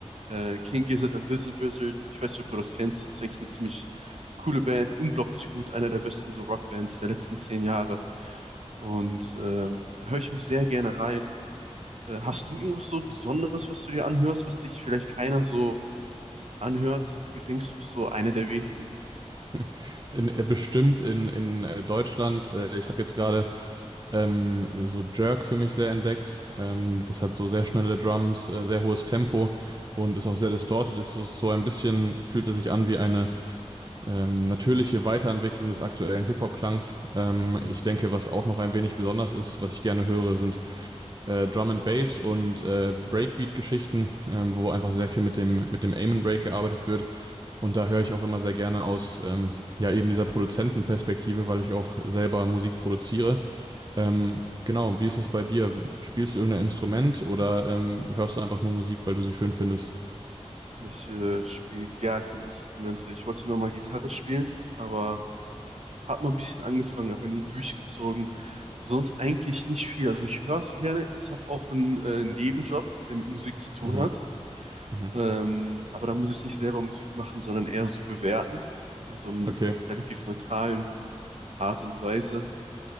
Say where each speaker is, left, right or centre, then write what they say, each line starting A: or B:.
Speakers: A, on the right; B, on the right.
A: Äh, King Gizzard and Lizard Wizard. Ich weiß nicht, ob du das kennst. Das Ist eigentlich eine ziemlich coole Band, unglaublich gut, einer der besten so Rockbands der letzten zehn Jahre. Und ähm, da höre ich mich sehr gerne rein. Äh, hast du irgendwas so Besonderes, was du dir anhörst, was sich vielleicht keiner so anhört, wo du denkst, du bist so einer der wenigen?
B: <laughs> In, äh, bestimmt in, in äh, Deutschland. Äh, ich habe jetzt gerade ähm, so Jerk für mich sehr entdeckt. Ähm, das hat so sehr schnelle Drums, äh, sehr hohes Tempo und ist auch sehr distorted. Ist so, so ein bisschen, fühlt es sich an wie eine Ähm, natürliche Weiterentwicklung des aktuellen Hip-Hop-Klangs. Ähm, ich denke, was auch noch ein wenig besonders ist, was ich gerne höre, sind äh, Drum and Bass und äh, Breakbeat-Geschichten, ähm, wo einfach sehr viel mit dem, mit dem Aim and Break gearbeitet wird. Und da höre ich auch immer sehr gerne aus, ähm, ja, eben dieser Produzentenperspektive, weil ich auch selber Musik produziere. Ähm, genau, wie ist es bei dir? Spielst du irgendein Instrument oder ähm, hörst du einfach nur Musik, weil du sie schön findest?
A: Ich äh, spiele gar keine Instrumente. Ich wollte immer mal Gitarre spielen, aber Hab mal ein bisschen angefangen, aber nie durchgezogen. Sonst eigentlich nicht viel. Also ich höre es gerne. Ich habe auch einen, äh, einen Nebenjob, der mit Musik zu tun
B: Mhm.
A: hat.
B: Mhm.
A: Ähm, aber da muss ich nicht selber Musik machen, sondern eher so bewerten. In so einem
B: Okay.
A: relativ neutralen Art und Weise.